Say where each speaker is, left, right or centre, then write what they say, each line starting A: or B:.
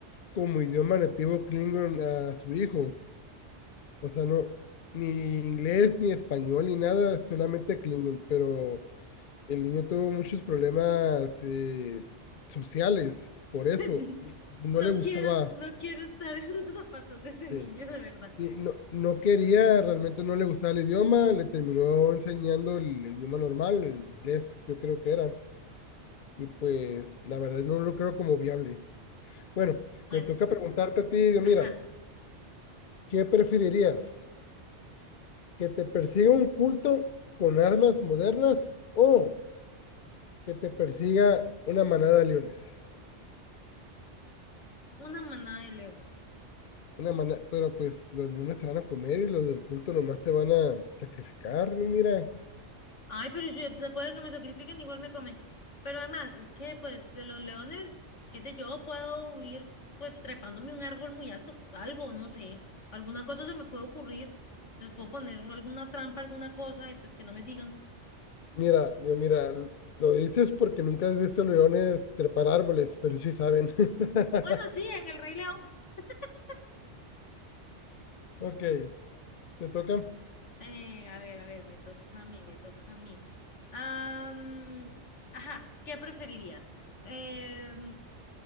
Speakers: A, on the left (about 55°); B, on the left (about 80°).
A: como idioma nativo Klingon a su hijo. O sea, no, ni inglés, ni español, ni nada, solamente Klingon. Pero el niño tuvo muchos problemas
B: <laughs>
A: eh, sociales por eso
B: Pues
A: y, y no
B: no
A: le gustaba.
B: quiero, no quiero estar en los zapatos de ese
A: eh,
B: niño, de verdad.
A: y no, no quería, realmente no le gustaba el idioma, le terminó enseñando el idioma normal, el inglés, yo creo que era. Y pues la
B: Pues
A: verdad no lo creo como viable. Bueno,
B: bueno,
A: me toca preguntarte a ti, Dios,
B: ajá.
A: mira, ¿qué preferirías? que te persiga un culto con armas modernas o que te persiga una manada de leones.
B: Una manada de leones.
A: Una manada, pero pues los leones se van a comer y los del culto nomás se van a sacrificar. Digo, mira,
B: Ay, pero si después de que me sacrifiquen, igual me comen. Pero además, es que pues de los leones, qué sé yo, puedo huir pues trepándome un árbol muy alto, algo, no sé, alguna cosa se me puede ocurrir. Les puedo poner alguna trampa, alguna cosa y pues que no me sigan.
A: mira, digo, mira, lo dices porque nunca has visto leones trepar árboles, pero sí saben. <laughs>
B: Bueno, sí, en el Rey León. <laughs>
A: Ok, te toca.
B: Eh, a ver, a ver, me toca a mí, me toca a mí. Am, ajá, ¿qué preferirías? Em,